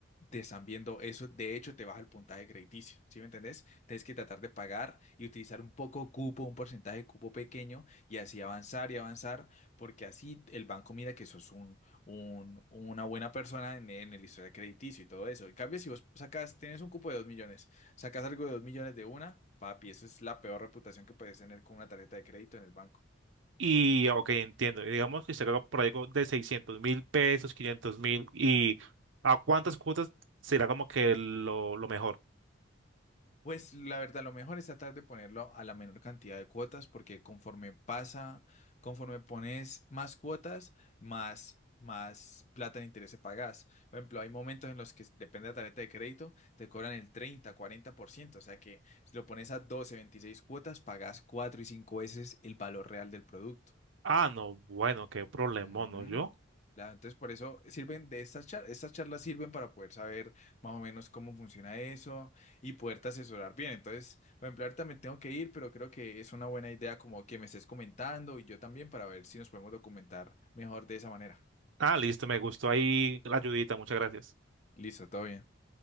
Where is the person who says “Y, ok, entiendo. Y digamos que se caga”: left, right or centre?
Right